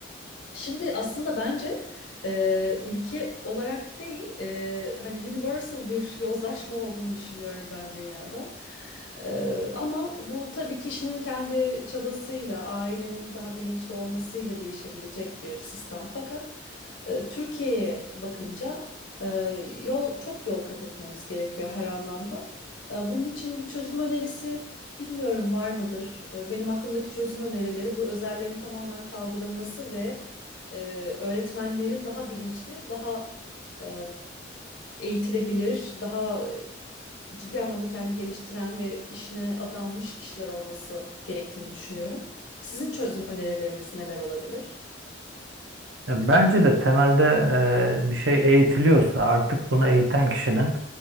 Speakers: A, on the left; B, on the right.
A: Şimdi aslında bence e, ülke olarak değil e, hani universal bir yozlaşma olduğunu düşünüyorum ben dünyada. E, ama bu tabii kişinin kendi çabasıyla, ailenin daha bilinçli olmasıyla değişebilecek bir sistem. Fakat e, Türkiye'ye bakınca e, yol çok yol kat etmemiz gerekiyor her anlamda. E, bunun için bir çözüm önerisi bilmiyorum var mıdır? E, benim aklımdaki çözüm önerileri bu özellerin tamamen kaldırılması ve e, öğretmenlerin daha bilinçli, daha e, eğitilebilir, daha ciddi anlamda kendini geliştiren ve işine adanmış kişiler olması gerektiğini düşünüyorum. Sizin çözüm önerileriniz neler olabilir?
B: Ya Bence de temelde e, bir şey eğitiliyorsa artık bunu eğiten kişinin